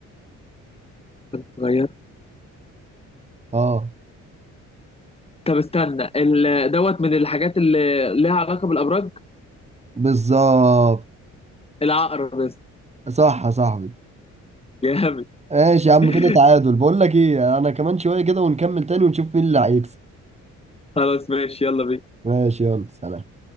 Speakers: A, on the left (about 20°); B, on the right (about 20°).
A: كان صغير
B: اه
A: طب استنى ال- دوت من الحاجات اللي ليها علاقة بالأبراج
B: بالظبط
A: العقرب بس
B: صح يا صاحبي
A: جامد
B: ماشي يا عم
A: <laughs>
B: كده تعادل بقول لك ايه انا كمان شوية كده ونكمل تاني ونشوف مين اللي هيكسب
A: خلاص ماشي يلا بينا
B: ماشي يلا سلام